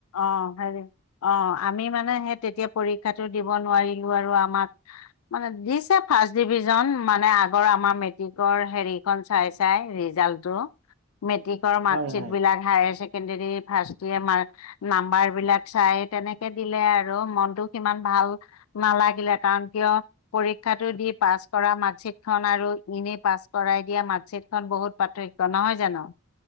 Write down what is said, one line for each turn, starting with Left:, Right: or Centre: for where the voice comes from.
Left: অ হেৰি অ আমি মানে সেই তেতিয়া পৰীক্ষাটো দিব নোৱাৰিলো আৰু আমাক মানে দিছে ফাৰ্ষ্ট ডিভিজন মানে আগৰ আমাৰ মেট্ৰিকৰ হেৰি চাই চাই ৰিজাল্টো মেট্ৰিক মাৰ্কশ্বিট
Right: হয় হয়
Left: বিলাক
Right: হয়
Left: higher secondary first year mark number বিলাক চাই তেনেকে দিলে আৰু মনটো সিমান ভাল নালাগিলে কাৰণ কিয় পৰীক্ষাটো দি পাছ কৰা মাৰ্কশ্বিট খন আৰু ইনে পাছ কৰাই দিয়া মাৰ্কশ্বিট খন বহুত পাৰ্থক- ত নহয় জানো